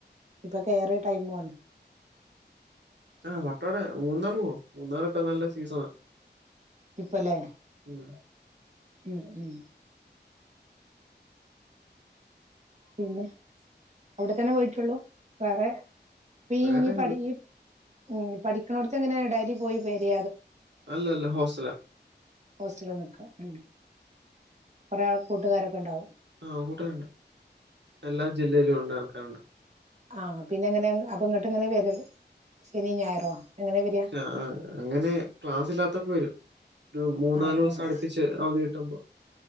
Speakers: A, on the right (about 40°); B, on the right (about 80°).
A: ഇപ്പൊ കേയറിയ ടൈമണ്
B: ആ് മട്ടോടെ മൂന്നാർ പോ മൂന്നാർ ഇപ്പ നല്ല സീസണാ
A: ഇപ്പലെ
B: ഉം
A: ഉം ഉം പിന്നെ അവിടെത്തന്നെ പോയിട്ടുള്ളു വേറെ പ
B: വേറെ
A: ഇ പടി <unintelligible> ഉം പഠിക്കണോടത്ത് എങ്ങനാ ഡയലി പോയി പോരെ
B: അല്ല അല്ല ഹോസറ്റലാ
A: ഹോസ്റ്റലന്ന് കാ ഉം കുറെേ ആൾ കൂട്ടുകാരൊക്കെ ഉണ്ടാവും
B: ആ കൂട്ടുകാരുണ്ട്എല്ലാ ജില്ലയിലും ഉണ്ട ആൾക്കാരുണ്ട്
A: ആ പിന്നെ എങ്ങനെ അപ്പൊ ഇങ്ങോട്ട് ഇങ്ങനെ വരു ശനി ഞായറോ എങ്ങനെ വരിക
B: ആ അങ്ങനെ ക്ലാസ് ഇല്ലാത്തപ്പോ വരും ഒരു മൂന്ന
A: ആഹ്
B: നാല് ദിവസം
A: ആഹ്
B: അടുപ്പിച്ച് അവധി കിട്ടുമ്പോ